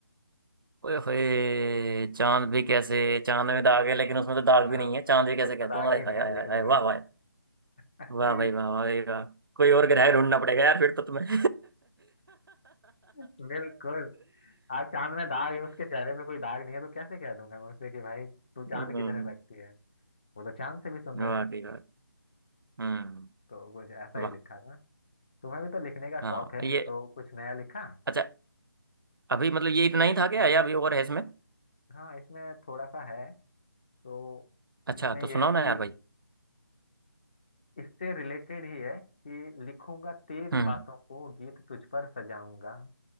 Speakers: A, on the right; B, on the left.
A: ओए होए चांद भी कैसे चांद में दाग है लेकिन उसमें तो दाग
B: हाँ
A: भी नहीं है चांद भी कैसे
B: उसमें
A: कह दूँ
B: दाग
A: हाय
B: भी नहीं
A: हाय
B: है
A: हाय
B: देख
A: हाय हाय,
B: लो भाई
A: वाह वाह
B: <laughs>
A: वाह भाई वाह वाह भाई, वाह कोई और ग्रह ढूंढना पड़ेगा यार फिर तो तुम्हें
B: बिल्कुल आप चांद में दाग है उसके चेहरे पे कोई दाग नहीं है तो कैसे कह दूंगा मैं उसे कि भाई तू चांद
A: हम्म
B: की तरह लगती है वो तो चांद से भी सुंदर
A: वाकई
B: है
A: वाह हम्म
B: तो कुछ ऐसा ही
A: वाह
B: लिखा था तुम्हें भी तो लिखने का
A: हाँ
B: शौक है
A: ये
B: तो कुछ नया लिखा
A: अच्छा अभी मतलब ये इतना ही था क्या या अभी और है इसमें
B: हाँ इसमें थोड़ा सा है तो
A: अच्छा
B: इसमें यह
A: तो सुनाओ
B: है
A: ना
B: कि
A: यार भाई
B: इससे रिलेटेड ही है कि लिखूंगा तेरी
A: हम्म
B: बातों को गीत तुझ पर सजाऊंगा